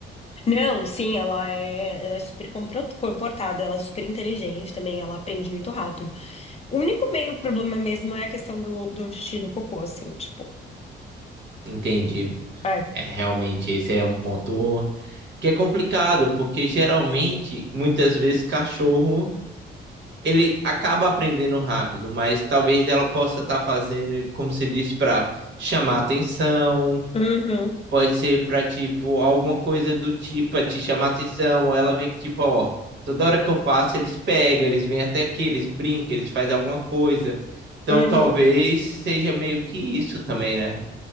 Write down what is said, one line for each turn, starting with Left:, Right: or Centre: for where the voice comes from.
Left: Não, sim, ela é, ela é super compro- comportada, ela é super inteligente também, ela aprende muito rápido. O único meio problema mesmo é a questão do, do xixi e do cocô, assim, tipo,
Right: Entendi.
Left: é.
Right: É, realmente, esse é um ponto que é complicado, porque geralmente, muitas vezes, cachorro, ele acaba aprendendo rápido, mas talvez ela possa estar fazendo, como você disse, para chamar atenção
Left: Uhum,
Right: Pode ser pra, tipo, alguma coisa do tipo, pra te chamar atenção, ou ela vê que, tipo, ó, toda hora que eu faço, eles pegam, eles vêm até aqui, eles brincam, eles fazem alguma coisa. Então,
Left: uhum,
Right: talvez seja meio que isso também, né?